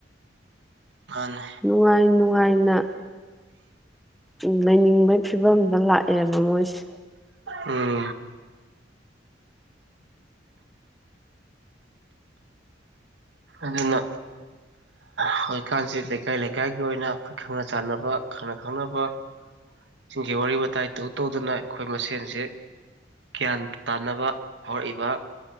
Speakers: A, on the right (about 70°); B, in the centre.
A: ꯃꯥꯟꯅꯦ
B: ꯅꯨꯡꯉꯥꯏ ꯅꯨꯡꯉꯥꯏꯅ ꯎꯝ ꯂꯩꯅꯤꯡꯕꯒꯤ ꯐꯤꯕꯝꯗ ꯂꯥꯛꯑꯦꯕ ꯃꯣꯏꯁꯦ
A: ꯎꯝ ꯑꯗꯨꯅ ꯍꯧꯖꯤꯛꯀꯥꯟꯁꯤ ꯂꯩꯀꯥꯏ ꯂꯩꯀꯥꯏꯒꯤ ꯑꯣꯏꯅ ꯑꯩꯈꯣꯏ ꯈꯪꯅ ꯆꯥꯟꯅꯕ ꯈꯪꯅ ꯈꯪꯅꯕ ꯁꯤꯡꯖꯦ ꯋꯥꯔꯤ ꯋꯥꯇꯥꯏꯇ ꯇꯧꯗꯨꯅ ꯑꯩꯈꯣꯏ ꯃꯁꯦꯟꯁꯦ ꯒ꯭ꯌꯥꯟ ꯇꯥꯟꯅꯕ ꯍꯧꯔꯛꯏꯕ